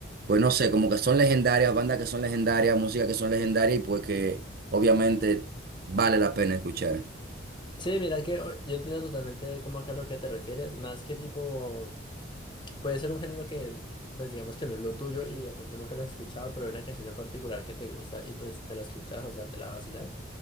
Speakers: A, on the right; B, on the left.
A: pues no sé, como que son legendarias, bandas que son legendarias, música que son legendarias y pues que obviamente vale la pena escuchar.
B: Sí, mira que o- yo entiendo totalmente como que a lo que te refieres, más que tipo, puede ser un género que, pues digamos que no es lo tuyo y de pronto nunca lo has escuchado, pero hay una canción en particular que te gusta y pues te la escuchas, o sea, te la vacilas.